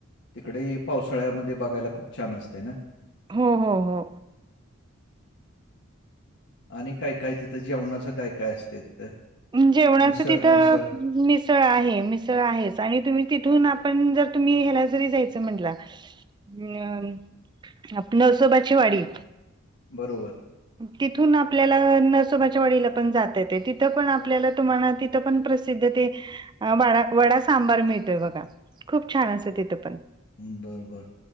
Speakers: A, on the left; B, on the right.
A: तिकडे ही पावसाळ्यामध्ये बघायला खूप छान असते ना
B: हो, हो, हो
A: आणि काय, काय तिथं जेवणाचं काय, काय असतें तिथं
B: जेवणाचं
A: मिसळ,
B: तिथं
A: मिसळ.
B: मि सळ आहे, मिसळ आहेच आणि तुम्ही तिथून आपण जर तुम्ही ह्याला जरी जायचं म्हटलां हम् आपलं नरसोबाची वाडी
A: बरोबर
B: तिथून आपल्याला नसोबाच्या वाडीला पण जात येतय तिथं पण आपल्याला तुम्हाला तिथं पण प्रसिद्ध ते डा वडा सांबार मिळतोय बघा खूप छान असं तिथं पण
A: बर, बर